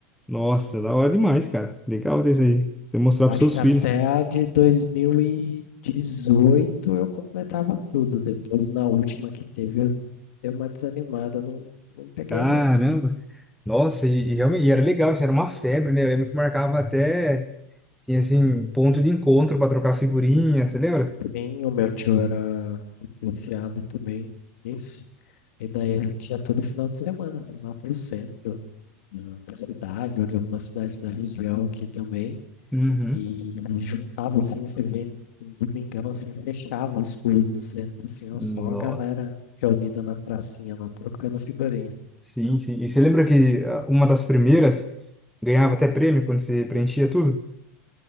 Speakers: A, in the centre; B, on the left.
A: Nossa, da hora demais, cara. Legal ter isso aí. Você mostrar
B: Acho
A: pros seus
B: que
A: filhos.
B: até a de 2018 eu completava tudo. Depois, na última que teve, eu dei uma desanimada, não, não peguei,
A: Caramba!
B: não.
A: Nossa, e, e realmente e era legal, isso era uma febre, né? Eu lembro que marcava até, tinha assim, ponto de encontro para trocar figurinha, você lembra?
B: Sim, o meu tio era muito viciado também nisso. E daí a gente ia todo final de semana, assim, lá pro centro ah, da cidade, ou de alguma cidade da região aqui também.
A: Uhum.
B: E, e juntava assim, você vê no domingão assim, fechava as ruas do centro, assim, ó,
A: Nossa.
B: só a galera reunida na pracinha lá, trocando figurinha.
A: Sim, sim. E você lembra que ah, uma das primeiras ganhava até prêmio quando você preenchia tudo?